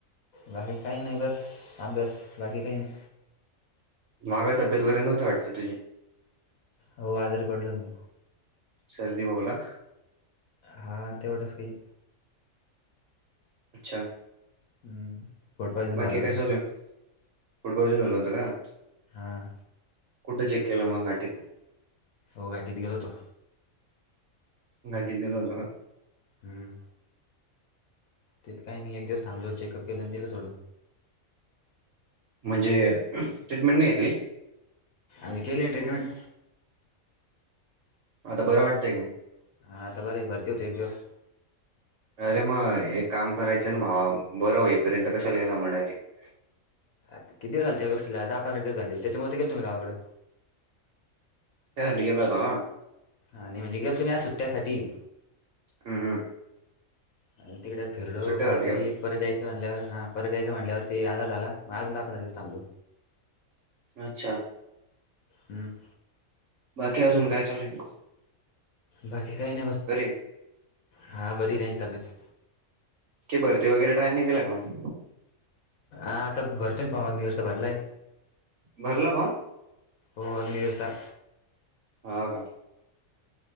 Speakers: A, on the left; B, on the right.
A: बाकी काही नाही, बस अभ्यास, बाकी काही नाही.
B: माग तब्येत बरी नव्हती वाटत तुझी?
A: हो, आजारी पडलो मी
B: सर्दी खोकला
A: हा, तेवढच काही
B: अच्छा!
A: हम्म! फूड पॉयझन
B: बाकी
A: झालं होतं
B: काय चालूये? फूड पॉइझन झालं होत का?
A: हां
B: कुठ चेक केल म, घाटीत?
A: हो, घाटीत गेलो होतो.
B: घाटीत गेला होता का?
A: हम्म! तिथं काही नाही, एक दिवस थांबलो चेकअप केल, आणि दिलं सोडून.
B: म्हणजे, ट्रीटमेंट नाही घेतली?
A: <unintelligible> केले ट्रीटमेंट.
B: आता बरं वाटतंय का?
A: हा, आता बर आहे, भरती होती एक दिवस
B: अरे मग, एक काम करायचं ना भावा, बरं होईपर्यंत कशाला गेला म? डायरेक्ट
A: आता कती दिवस झाले त्या गोष्टीला, दहा पंधरा दिवस झाली, त्याच्यामध्ये गेलतो मी गावाकंड.
B: <unintelligible> गेला होता का?
A: आणि म्हणजे गेलतो मी आ सुट्ट्यासाठी
B: हम हम
A: आणि तिकडे फिरलो
B: सुट्ट्यासाठी
A: माझजे केली
B: गेला.
A: परत यायचं म्हटल्यावर हां परत यायचं म्हटल्यावरी आजार झाला मगज दखव दिसथांबलू
B: अच्छा
A: हम्
B: बाकी अजून काय चालेल
A: बाकी काही नाही बस
B: का?
A: हां बरी त्यांची तब्येत
B: की भरती वगैरे टाय नाही केला का मग
A: आता भरचूण फमागदऊोेत भरला
B: भरला पम
A: होवाग नरता
B: हा का